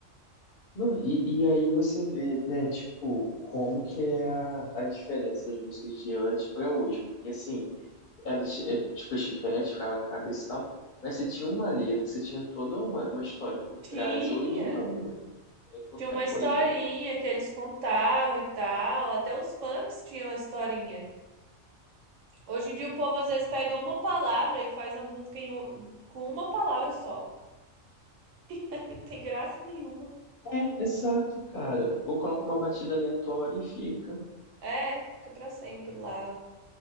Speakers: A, on the left; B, on the right.
A: Não, e, e aí você vê, né, tipo, como que é a, a diferença das músicas de antes pra hoje. Porque, assim, era chi- é, tipo chiclete, ficava na cabeça e tal. Mas você tinha uma letra, você tinha toda uma, uma história por
B: Tinha.
A: trás. Hoje não, né? É qualquer
B: Tinha uma historinha
A: coisa.
B: que eles contavam e tal. Até os funks tinham a historinha. Hoje em dia o povo às vezes pega uma palavra e faz a música em um- com uma palavra só. E não tem graça nenhuma.
A: É, exato, cara. Ou coloca uma batida aleatória e fica.
B: É, fica pra sempre lá.